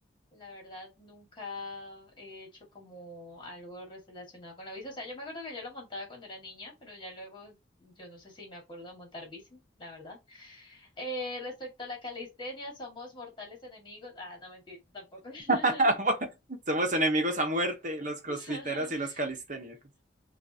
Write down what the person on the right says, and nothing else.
<laughs> Somos enemigos a muerte, los crossfiteros
y los calisténicos.